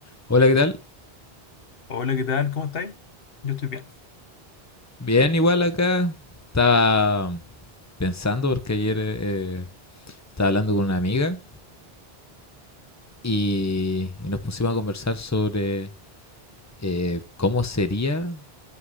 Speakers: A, on the left; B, on the left.
A: Hola, ¿qué tal?
B: Hola, ¿qué tal? ¿Cómo estáis? Yo estoy bien.
A: Bien, igual acá. Estaba pensando porque ayer eh, estaba hablando con una amiga y, y nos pusimos a conversar sobre eh, cómo sería